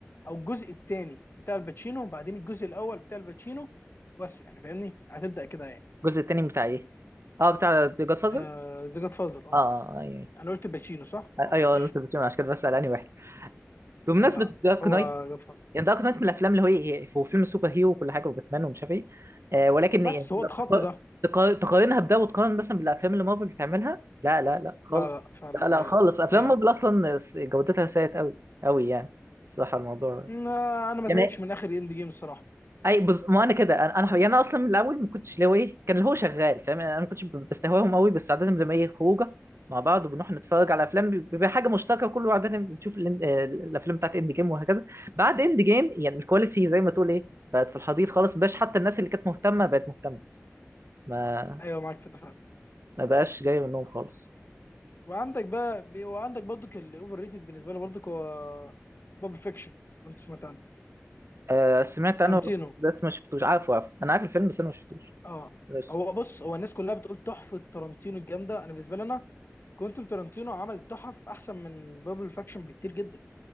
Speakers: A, on the left; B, on the right.
A: او الجزء الثاني بتاع الباتشينو وبعدين الجزء الاول بتاع الباتشينو وبس يعني فاهمني هتبدا كده يعني
B: الجزء التاني بتاع ايه اه بتاع جاد فازر
A: آه ذا جاد فاذر اه
B: اه اه ايوه
A: انا قلت الباتشينو صح اه
B: ايوه ايوه
A: معلش
B: قلت بس عشان كده بسأل انهي واحد بمناسبة
A: لا لا
B: دارك
A: هو
B: نايت
A: جاد فاذر
B: يعني دارك نايت من الأفلام اللي هو إيه هي- هو فيلم سوبر هيرو وكل حاجة وباتمان ومش عارف إيه آه ولكن
A: بس
B: يعني
A: هو اتخطى
B: تق-
A: ده
B: تق- تقارنها بده وتقارن مثلا بالأفلام اللي مارفل بتعملها لا لا لا خالص
A: لا لا فعلا
B: لا لا
A: ايوه
B: خالص أفلام
A: ايوه
B: مارفل أصلا جودتها سيئة أوي أوي يعني الصراحة الموضوع
A: لا، انا ما
B: يعني
A: تابعتش من اخر اند جيم الصراحه
B: اي بز... ما انا كده انا انا حقيقة انا اصلا من الاول ما كنتش اللي هو ايه كان اللي هو شغال فاهم يعني انا ما كنتش ب- بستهواهم قوي بس عاده لما ايه خروجه مع بعض وبنروح نتفرج على افلام بي- بيبقى حاجه مشتركه كله عاده بنشوف ال- آه، الافلام بتاعت اند جيم وهكذا بعد اند جيم يعني الكواليتي زي ما تقول ايه بقت في الحضيض خالص مبقاش حتى الناس اللي كانت مهتمه بقت مهتمه ما
A: ايوه معاك في ده فعلا
B: ما بقاش جاي منهم خالص
A: وعندك بقى بي- وعندك برضك الاوفر ريتد بالنسبه لي برضك هو باب فيكشن انت سمعت عنه
B: آه سمعت
A: ترنتينو
B: عنه بس بس ما شفتوش عارفه عارفه انا عارف الفيلم بس انا ما شفتوش
A: اه
B: بس
A: هو بص هو الناس كلها بتقول تحفه ترنتينو الجامده انا بالنسبه لي انا كوينتن تارانتينو عمل تحف احسن من بابل فاكشن بكتير جدا